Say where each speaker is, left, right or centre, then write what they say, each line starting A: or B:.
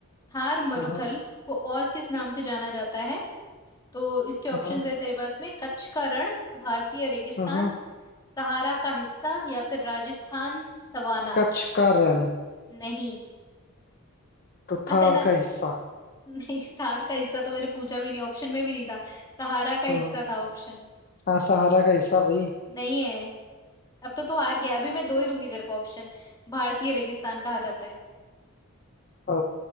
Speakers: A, on the left; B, on the left.
A: थार मरुथल
B: हाँ
A: को और किस नाम से जाना जाता है तो इसके ऑप्शंस
B: हाँ हाँ
A: है तेरे पास में कच्छ का रण भारतीय रेगिस्तान
B: हाँ हाँ।
A: सहारा का हिस्सा या फिर राजस्थान सवाना
B: कच्छ का रण
A: नहीं
B: तो
A: बस
B: थार
A: है ना
B: का हिस्सा
A: नहीं स्टार का हिस्सा तो मैंने पूछा भी नहीं ऑप्शन में भी नहीं था सहारा का हिस्सा
B: हाँ
A: था ऑप्शन
B: हाँ सहारा का हिस्सा भाई
A: नहीं है अब तो तू हार गया अभी मैं दो ही दूंगी तेरे को ऑप्शन भारतीय रेगिस्तान कहा जाता है
B: ओ